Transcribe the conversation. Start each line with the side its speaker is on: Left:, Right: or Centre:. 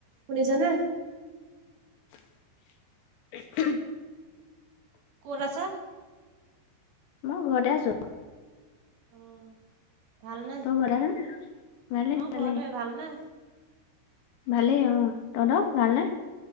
Right: শুনিছানা
Left: <inaudible>
Right: ক'ত আছা
Left: মই ঘৰতে আছো
Right: অ', ভালনে
Left: তই ঘৰতে আছ নে ভালেই
Right: মই
Left: ভালেই
Right: ঘৰতে ভালনে
Left: ভালেই অ তহঁতৰ ভালনে